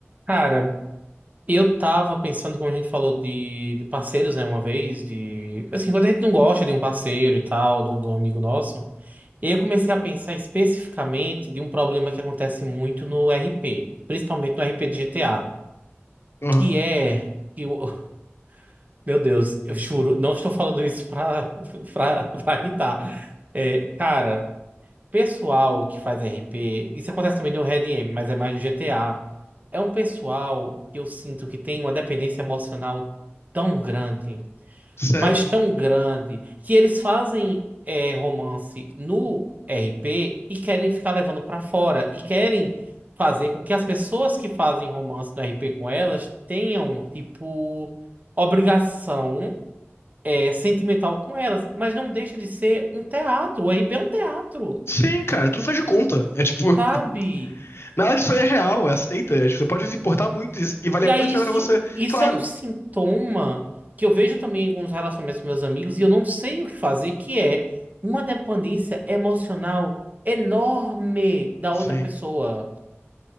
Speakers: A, on the right; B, on the left.
A: Cara, eu tava pensando, como a gente falou de, de parceiros, né, uma vez, de... Assim, quando a gente não gosta de um parceiro e tal, de um, de um amigo nosso, eu comecei a pensar especificamente de um problema que acontece muito no RP, principalmente no RP de GTA,
B: Aham.
A: que é... Que o <laughs> meu Deus, eu juro, não estou falando isso pra, <laughs> pra, pra irritar. É, cara pessoal que faz RP, isso acontece também no Red M, mas é mais no GTA. É um pessoal que eu sinto que tem uma dependência emocional tão grande,
B: Sério?
A: mas tão grande, que eles fazem é, romance no RP e querem ficar levando pra fora e querem fazer com que as pessoas que fazem romance no RP com elas tenham, tipo, obrigação é, sentimental com elas, mas não deixa de ser um teatro. O RP é um teatro,
B: Sim, cara, tudo faz de conta. É tipo, <laughs>
A: sabe?
B: nada disso aí é real, é aceita. É, tipo, você pode se importar muito e e valer
A: E
B: muito
A: aí
B: bem
A: isso,
B: pra você.
A: isso
B: Claro.
A: é um sintoma que eu vejo também em alguns relacionamentos com meus amigos e eu não sei o que fazer, que é uma dependência emocional enorme da
B: Sim.
A: outra pessoa,